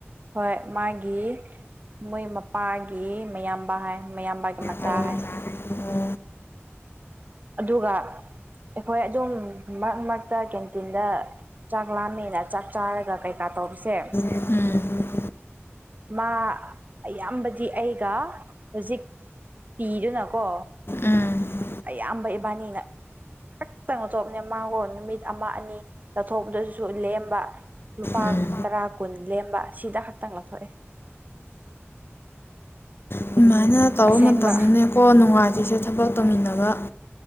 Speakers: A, on the right; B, on the left.
A: ꯍꯣꯏ ꯃꯥꯒꯤ ꯃꯣꯏ ꯄꯥꯒꯤ ꯃꯌꯥꯝꯕ ꯍꯥꯏ ꯃꯌꯥꯝꯕꯒꯤ ꯃꯆꯥ
B: ꯑꯣ
A: ꯍꯥꯏ ꯑꯗꯨꯒ ꯑꯩꯈꯣꯏ ꯑꯗꯨꯝ ꯃꯔꯛ ꯃꯔꯛꯇ ꯀꯦꯟꯇꯤꯟꯗ ꯆꯥꯛ ꯂꯥꯝꯃꯦꯅ ꯆꯥꯛ ꯆꯥꯔꯒ ꯀꯩꯀꯥ ꯇꯧꯕꯁꯦ
B: ꯎꯝ
A: ꯃꯥ ꯑꯌꯥꯝꯕꯗꯤ ꯑꯩꯒ ꯍꯧꯖꯤꯛ ꯄꯤꯗꯨꯅꯀꯣ
B: ꯎꯝ
A: ꯑꯌꯥꯝꯕ ꯏꯕꯥꯅꯤꯅ ꯈꯛꯇꯪ ꯉꯊꯣꯛꯄꯅꯦ ꯃꯥꯡꯒꯣꯟ ꯅꯨꯃꯤꯠ ꯑꯃ ꯑꯅꯤ ꯆꯠꯊꯣꯛꯄꯗꯨꯁꯨ ꯂꯦꯝꯕ ꯂꯨꯄꯥ
B: ꯎꯝ
A: ꯇꯔꯥ ꯀꯨꯟ ꯂꯦꯝꯕ ꯁꯤꯗ ꯈꯛꯇꯪ ꯂꯧꯊꯣꯛꯑꯦ
B: ꯑꯗꯨꯃꯥꯏꯅ ꯇꯧꯕ
A: ꯑꯁꯦꯡꯕ
B: ꯃꯇꯝꯅꯤꯅꯦꯀꯣ ꯅꯨꯡꯉꯥꯏꯇ꯭ꯔꯤꯁꯦ ꯊꯕꯛ ꯇꯧꯃꯤꯟꯅꯕ